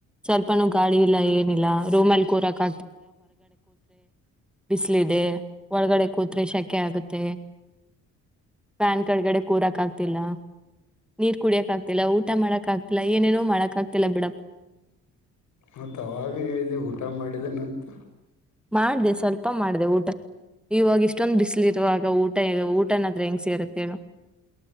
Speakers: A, in the centre; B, on the left (about 75°).
A: ಸ್ವಲ್ಪನೂ ಗಾಳಿ ಇಲ್ಲ ಏನಿಲ್ಲ ರೂಮಲ್ಲಿ ಕೂರಕ್ ಬಿಸಿಲದೆ ಒಳಗಡೆ ಕೂತ್ರೆೆ ಶಕೆ ಆಗುತ್ತೆ. ಪ್ಯಾನ್ ಕೆಳಗಡೆ ಕೂರಕ್ ಆಗ್ತಿಲ್ಲ ನೀರ್ ಕುಡಿಯಕ್ ಆಗ್ತಿಲ್ಲ ಊಟ ಮಾಡಕ್ ಆಗ್ತಿಲ್ಲಾ ಏನೇನೋ ಮಾಡಕ್ ಆಗ್ತಿಲ್ಲ ಬಿಡಪ್ಪ
B: ಮತ್ತ ಅವಾಗ ಹೇಳಿದಿ ಊಟ ಮಾಡಿದನಂತ
A: ಮಾಡ್ದ ಸ್ವಲ್ಪ ಮಾಡ್ದ ಊಟ ಇವಾಗ ಇಷ್ಟೊಂದು್ ಬಿಸಿಲು ಇರುವಾಗ ಊಟ ಊಟನಾದ್ರ ಹೆಂಗ್ ಸೇರುತ್ತೇಳು